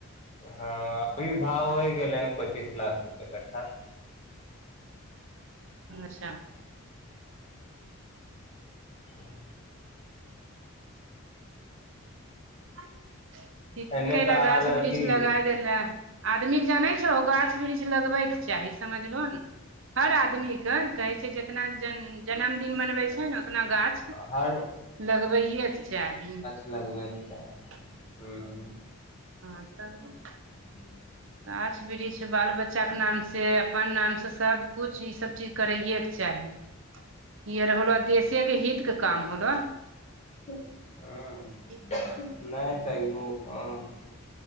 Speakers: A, on the left; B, on the right.
A: हँ अभी भाव होइ गेलै हन पचीस लाख रुपए कट्ठा
B: अच्छा
A: ओ
B: ठीके
A: एने
B: केयल
A: तऽ
B: गाछ
A: आर
B: वृक्ष
A: अथी
B: लगाय देय लऽ आदमीके जानै छहो गाछ वृक्ष लगबैके चाही समझलहो न हर आदमी क कहे छै जितना जन जन्मदिन मनवे छै न उतना गाछ
A: हर
B: लगबैेके चाही
A: लगबैके चाही
B: <inaudible>
A: हूँ
B: हँ तबो
A: <inaudible>
B: गाछ वृक्ष बाल बच्चा केे नाम से अपन नाम से सब कुछ ई सब चीज करैये चाही इ आर होलो देशे के हितके काम होलो
A: हँ
B: तऽ
A: नहि तयो <unintelligible>